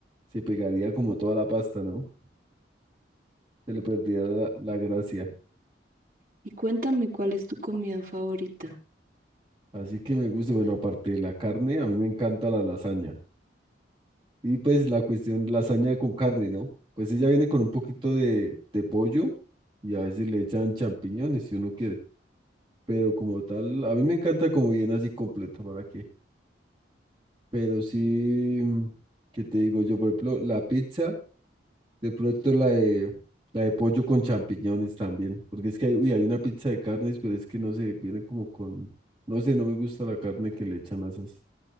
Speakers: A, on the right (about 25°); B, on the right (about 45°).
A: se pegaría como toda la pasta, ¿no? se le perdía la, la gracia.
B: Y cuéntame, ¿cuál es tu comida favorita?
A: Así que me gusta, bueno, aparte de la carne, a mí me encanta la lasaña. Y pues la cuestión, lasaña con carne, ¿no? Pues ella viene con un poquito de, de pollo y a veces le echan champiñones si uno quiere. Pero como tal, a mí me encanta como viene así completa, ¿para qué? Pero sí, mm, ¿qué te digo yo? Por ejemplo, la pizza. De pronto la de, la de pollo con champiñones también, porque es que hay, uy, hay una pizza de carnes, pero es que no sé, viene como con, no sé, no me gusta la carne que le echan a esas,